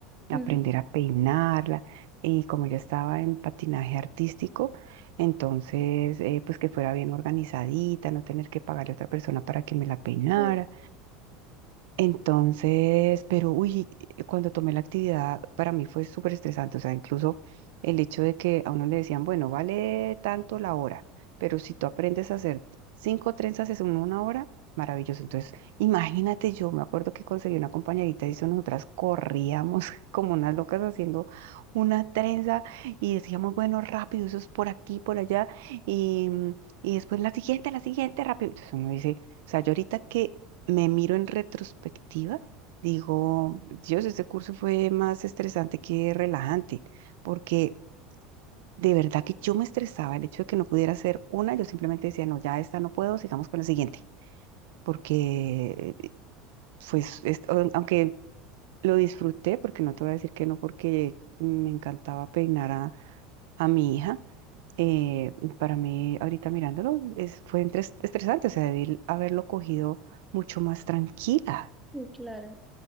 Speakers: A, on the right (about 80°); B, in the centre.
A: aprender
B: Mm,
A: a peinarla. Y como yo estaba en patinaje artístico, entonces eh, pues que fuera bien organizadita, no tener que pagarle a otra persona para que me la peinara
B: Sí,
A: entonces, pero uy, cuando tomé la actividad, para mí fue súper estresante. O sea, incluso el hecho de que a uno le decían, bueno, vale tanto la hora, pero si tú aprendes a hacer cinco trenzas en una hora, maravilloso. Entonces, imagínate, yo me acuerdo que conseguí una compañerita y eso nosotras corríamos <laughs> como unas locas haciendo una trenza y decíamos, bueno, rápido, eso es por aquí, por allá, y, y después la siguiente, la siguiente, rápido. Entonces uno dice, o sea, yo ahorita que me miro en retrospectiva, digo, Dios, este curso fue más estresante que relajante, porque de verdad que yo me estresaba el hecho de que no pudiera hacer una, yo simplemente decía, no, ya esta no puedo, sigamos con la siguiente, porque eh, pues, es- o- aunque lo disfruté, porque no te voy a decir que no, porque me encantaba peinar a, a mi hija. eh, para mí, ahorita mirándolo, es, fue entres- estresante, o sea, debí haberlo cogido mucho más tranquila.
B: sí, claro.